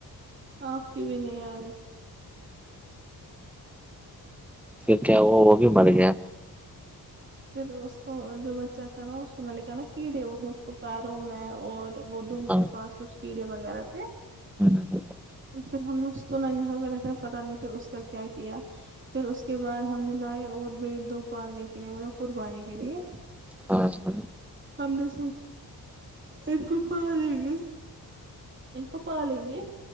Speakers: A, on the right; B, in the centre.
A: آپ کی بھی نہیں آ رہی
B: پھر کیا وہ وہ بھی مر گیا
A: پھر اس تو جو بچہ تھا نا اس کو میں نے کہا نا کیڑے او اس کو پیروں میں اور وہ دم
B: ہاں
A: کے پاس کچھ کیڑے وغیرہ تھے
B: ہاں
A: پھر ہم نے اس کو نانیال میں رکھا پتا نہیں پھر اس کا کیا کیا پھر اس کے بعد ہم نے لائے اور بیل دو پالنے کے لیے مطلب قربانی کے لیے
B: ہاں ہ <unintelligible>
A: ہم س ا رک پا جائے گے <unintelligible> ان کو پالیں گے